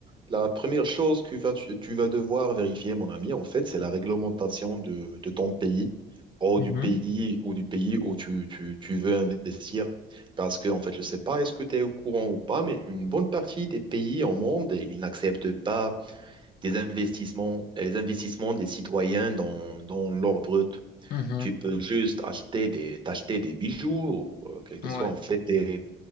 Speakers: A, on the right; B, on the left.
A: La première chose que vas- tu, tu vas devoir vérifier, mon ami, en fait, c'est la réglementation de, de ton pays ou
B: Mhm,
A: du pays ou du pays où tu, tu- tu veux investir. Parce que, en fait, je ne sais pas, est-ce que tu es au courant ou pas, mais une bonne partie des pays au monde, ils n'acceptent pas des investissements, les investissements des citoyens dans, dans l'or brut.
B: mhm.
A: Tu peux juste acheter des, t'acheter des bijoux, ou, euh, quel que
B: Ouais,
A: soit, en fait, des,